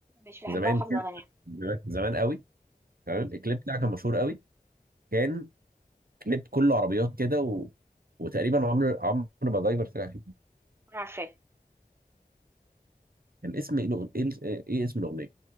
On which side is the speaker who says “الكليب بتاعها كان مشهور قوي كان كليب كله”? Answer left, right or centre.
Right